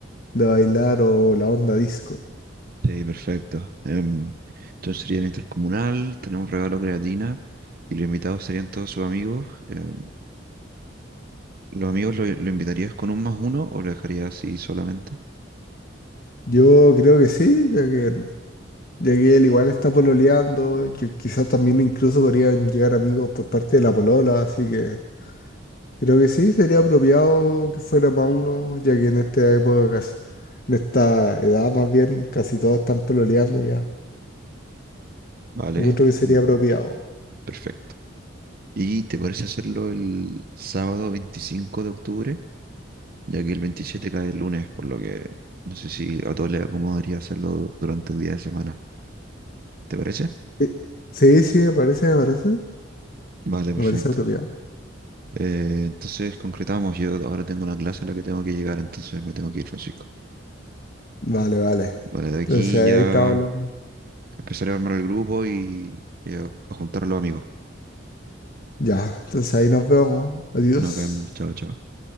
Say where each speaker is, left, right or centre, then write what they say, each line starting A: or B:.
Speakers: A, on the left; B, on the right.
A: de bailar o la onda disco.
B: Sí, perfecto. Em, entonces sería el intercomunal, tenemos regalo creatina y los invitados serían todos sus amigos. Em, ¿los amigos lo, lo invitarías con un más uno o lo dejarías así solamente?
A: Yo creo que sí, ya que Ya que él igual está pololeando, yo- quizás también incluso podrían llegar amigos por parte de la polola, así que creo que sí, sería apropiado que fuera más uno, ya que en esta época, casi- en esta edad más bien, casi todos están pololeando ya.
B: Vale,
A: Encuentro que sería
B: em,
A: apropiado.
B: perfecto. ¿Y te parece hacerlo el sábado 25 de octubre? Ya que el 27 cae el lunes, por lo que no sé si a todos les acomodaría hacerlo durante un día de semana. ¿Te parece?
A: Eh, Sí, sí, me parece, me parece,
B: Vale, perfecto.
A: me parece apropiado.
B: Eh, entonces concretamos, yo ahora tengo una clase a la que tengo que llegar, entonces me tengo que ir, Francisco.
A: Vale, vale.
B: Vale, de aquí
A: Entonces ahí
B: ya
A: estamos hablando.
B: empezaré a armar el grupo y, y a, a juntar a los amigos.
A: Ya, entonces ahí nos vemos. Adiós.
B: Nos vemos, chao, chao.